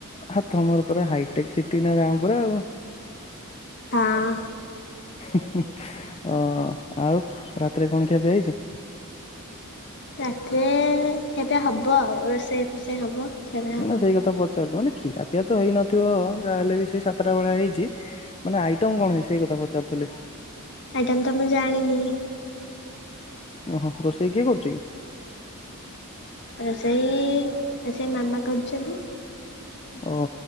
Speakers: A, on the left (about 25°); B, on the left (about 50°).
A: ଆ ତମର ପୁରା ହାଇଟେକ୍ ସିଟି ନା ଗାଁ ପୁରା ଆଉ।
B: ହଁ
A: ହୁଁ ହୁଁ। ହଁ ଆଉ ରାତିରେ କଣ ଖିଆପିଆ ହେଇଛି?
B: ରାତିରେ ଖିଆପିଆ ହବ ଆଉ ରୋଷେଇ ଫୋସେଇ ହବ। ଖିଆପିଆ ହବ।
A: ନା ସେଇ କଥା ପଚାରୁଚି ମାନେ ଖିଆପିଆ ତ ହେଇନଥିବ ଯାହାହେଲେ ବି ସେଇ ସାତଟା ଭଳିଆ ହେଇଛି। ମାନେ ଆଇଟମ କଣ ହେଇଛି ସେଇ କଥା ପଚାରୁଥିଲି?
B: ଆଇଟମ ତ ମୁଁ ଜାଣିନି।
A: ଓହୋ ରୋଷେଇ କିଏ କରୁଛି କି?
B: ରୋଷେଇ ରୋଷେଇ ମାମା କରୁଛନ୍ତି।
A: ଓହୋ